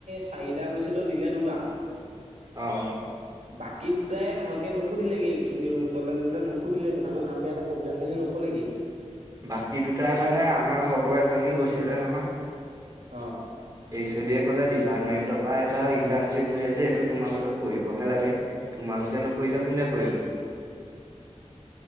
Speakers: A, on the right; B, on the right.
A: চাৰিটা গৈছিলোঁ দিলে দুটাক
B: অহ'
A: বাকী দুটাই ভালকে নুসুধিলেগে এইচতি ওচৰলৈ গৈ পেলাই নুসুধিলেগৈ কথাটো ভালকে সিহঁতৰ প্ৰব্লেম খিনি নকলেগে।
B: বাকী দুটাই মানে আমাৰ লগৰ এজনী গৈছিলে নহয়।
A: অ',
B: এই চৈদিয়েফ লে ডিপাৰ্টমেন্টৰ পৰা এটা ইন্টাৰ্নশ্বিপ উলিয়াইছে এইটো তোমালোকে কৰিবহে লাগে। তোমালোকে নকৰিলে কোনে কৰিব
A: অ'।